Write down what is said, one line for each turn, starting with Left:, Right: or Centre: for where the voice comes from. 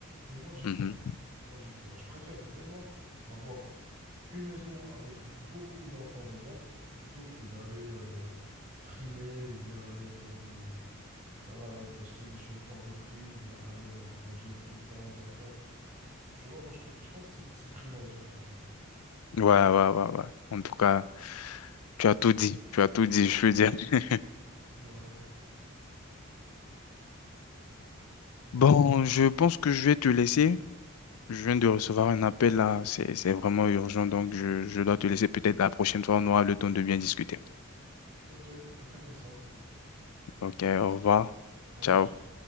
Right: Mais moi, j'y crois.
Left: Mhm.
Right: Moi, j'y crois. Je préfère vraiment avoir une maison avec beaucoup d'enfants dedans plutôt que d'aller euh, frimer ou bien aller faire des voilà, acheter des choses hors de prix ou bien aller à l'étranger tout le temps en vacances. Tu vois, moi je préfère, je pense que c'est c'est primordial quand même.
Left: Ouais, ouais, ouais, ouais. En tout cas. Tu as tout dit, tu as tout dit, je veux dire. <laughs>
Right: Ouais.
Left: Bon, je pense que je vais te laisser. Je viens de recevoir un appel là, c'est c'est vraiment urgent, donc je, je dois te laisser. Peut-être la prochaine fois, on aura le temps de bien discuter.
Right: Ok, on fait comme ça.
Left: Ok, au revoir.
Right: Allez,
Left: Ciao.
Right: ciao.